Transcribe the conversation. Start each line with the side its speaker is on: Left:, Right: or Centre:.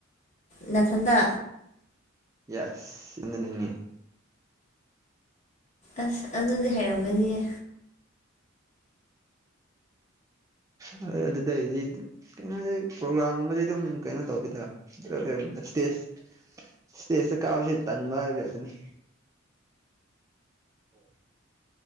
Left: ꯅꯅꯥꯊꯟꯗ
Right: ꯌꯥꯁ ꯏꯅꯦꯉ
Left: ꯑꯁ ꯑꯗꯨꯗꯤ ꯍꯥꯏꯔꯝꯒꯅꯤꯌꯦ
Right: ꯎꯝ ꯑꯗꯨꯗꯩꯗꯤ ꯀꯩꯅꯣꯗꯩ ꯄ꯭ꯔꯣꯒ꯭ꯔꯥꯝꯒꯨꯝꯕꯗꯤꯩ ꯑꯗꯨꯝ ꯀꯩꯅꯣ ꯇꯧꯋꯦꯗ ꯏꯁꯇꯦꯖ ꯏꯁꯇꯦꯖꯇ ꯀꯥꯕꯕꯁꯤꯦ ꯇꯟꯕ ꯍꯥꯏꯕ ꯌꯥꯗꯅꯤ ꯑꯣ